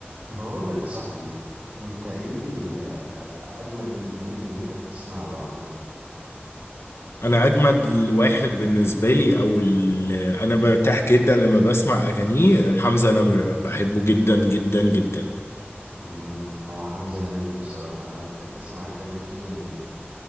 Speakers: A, on the right; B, on the left.
A: بقول لك يا صاحبي انت ايه آه، اجمد نجم انت بتسمع له عامه
B: انا اجمد واحد بالنسبه لي او ال- انا برتاح جدا لما بسمع اغانيه حمزه نمره بحبه جدا جدا جدا
A: مم، هو حمزة جميل بصراحه انا بحب اسمع كاريوكي جدا